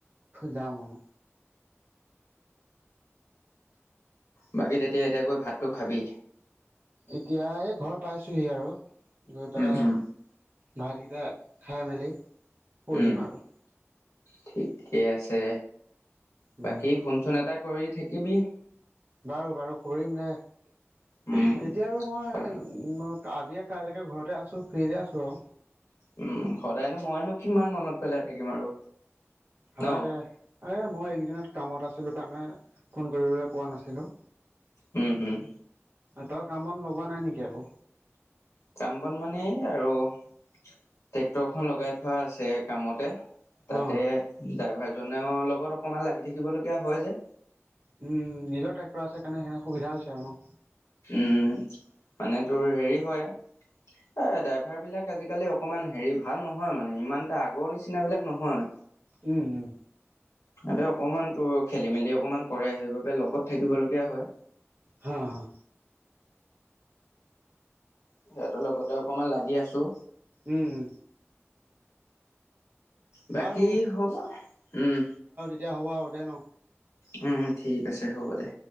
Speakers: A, on the right (about 50°); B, on the left (about 80°).
A: যাম অ
B: বাকী তেতিয়া এতিয়া গৈ ভাতটো খাবি।
A: এতিয়া এই ঘৰ পাইছোহি আৰু। গৈ পেলাই
B: উম হম
A: ভাতকেইটা খাই মেলি শুই
B: উম
A: দিম আৰু।
B: ঠিকে আছে।
A: উম
B: বাকী শুনচোন এটা কৰি থাকিবি।
A: বাৰু, বাৰু, কৰিম দে। এতিয়া
B: উম
A: আৰু মই
B: সদায়
A: আজিয়ে কাইলৈকে ঘৰতে আছো ফ্ৰীয়ে আছোঁ আৰু
B: উম সদায়নো মইনো কিমান মনত পেলাই থাকিম আৰু?
A: হয়
B: ন
A: দে, এ মই এইকদিনত কামত আছিলোঁ কাৰণে ফোন কৰিবলৈ পোৱা নাছিলোঁ।
B: উম উম।
A: তই কাম বন লগোৱা নাই নেকি একো?
B: কাম বন মানে এই আৰু ট্ৰেক্টৰখন লগাই থোৱা আছে কামতে। তাতে
A: অ
B: ড্ৰাইভাৰ জনৰ লগত অকমান লাগি থাকিবলগীয়া হয় যে
A: উম নিজৰ ট্ৰেক্টৰ আছে কাৰণে সেইখিনি সুবিধা হৈছে। আৰু ন
B: উম মানে তোৰ হেৰি হয় এহ ড্ৰাইভাৰ বিলাক আজিকালি অকমান হেৰি ভাল নহয় মানে ইমান এটা আগৰ নিচিনা বিলাক নহয়
A: উম উম
B: ইহঁতে অকমান তোৰ খেলি মেলি অকমান কৰে সেইবাবে লগত থাকিবলগীয়া হয়
A: হা হা
B: সিহঁতৰ লগতে অকমান লাগি আছো
A: উম উম
B: বাকী
A: বাৰু
B: হ'ব উম
A: এতিয়া হ'ব আও দে ন
B: উম উম ঠিক আছে হ'ব দে